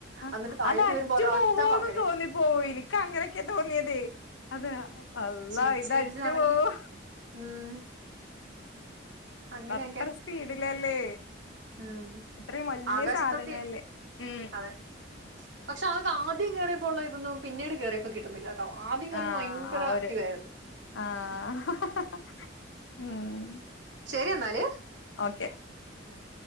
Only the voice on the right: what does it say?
എന്നിട്ട് താഴേക്ക്
വരുമ്പോ ഒരൊറ്റ
പറക്കല്
ചിരിച്ച്
ചിരിച്ചാണെങ്കിൽ
ഉം. അങ്ങനെയൊക്കെ
ഉം
ആകാശത്തൊട്ടി
അതെ പക്ഷെ അതിലാദ്യം കേറിയപ്പോളുള്ള ഇതൊന്നും പിന്നീട് കേറിയപ്പോ കിട്ടുന്നില്ല. ട്ടോ ആദ്യം കേറിയപ്പോ
ഭയങ്കര
ഇതായിരുന്നു.
ശെരിയെന്നാല്.
ആഹ്